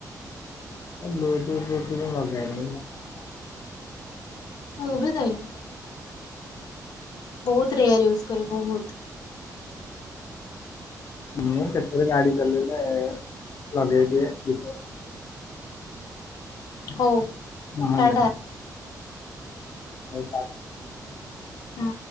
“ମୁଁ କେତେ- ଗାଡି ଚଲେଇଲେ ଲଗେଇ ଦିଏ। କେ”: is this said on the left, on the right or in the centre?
Left